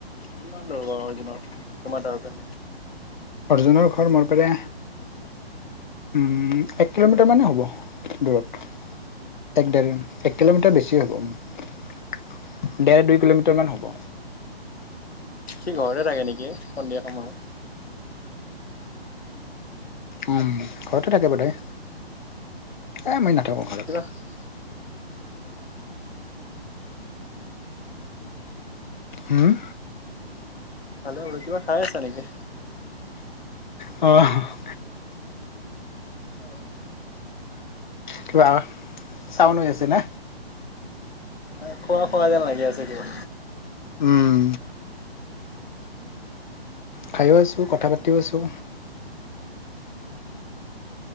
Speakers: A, on the left; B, on the left.
A: কিমান ধৰো বাৰু অৰ্জুনৰ তোমাৰ তাৰতে?
B: অৰ্জুনৰ ঘৰ মোৰ ফালে। উম' এক কিলোমিটাৰমানেই হ'ব দূৰত। এক দেৰ এক কিলোমিটাৰ বেছি হ'ব। ডেৰ দুই কিলোমিটাৰমান হ'ব।
A: সিঁ ঘৰতে থাকে নেকি সন্ধিয়া সময়ত?
B: উম' ঘৰতে থাকে বা তাই, এই মই নাথাকোঁ ঘৰত।
A: অহ'। উম' উম'।
B: হুওম?
A: ভালে হব, কিবা খাই আছা নেকি?
B: অঁহ'।
A: অঁ'।
B: কিবা চাউন হৈ আছেনে?
A: এ খোৱা খোৱা যেন লাগি আছে কিবা?
B: উম, খায়ো আছো কথা পাতিও আছোঁ।